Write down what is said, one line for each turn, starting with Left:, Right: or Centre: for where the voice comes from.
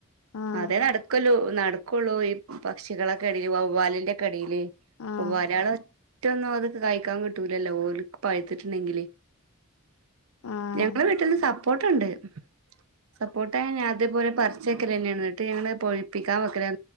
Left: ആഹ്
Right: അതെ നടക്ക്വല്ലോ നട ക്കൊള്ളൂ ഈ പക്ഷികളുടെ കെടയില് വവ്വാലിന്റെക്കെടേല്
Left: ആഹ്
Right: വ്വ ഒരാള് മറ്റ് ഒന്നും അത്ക്ക് കഴിക്കാൻ കിട്ടൂലല്ലോ ഓല്ക്ക് പഴ്ത്തിട്ടുണ്ടെങ്കില്
Left: ആഹ്
Right: ഞങ്ങ വീട്ടില് സപ്പോർട്ടേണ്ട് സപ്പോർട്ട അങ്ങനെ അതേപോലെ പറിച്ചെക്കല് തന്നെയാണ് എന്നിട്ട് ഞങ്ങള് പോ പ്പിക്കാൻ വെക്കലാ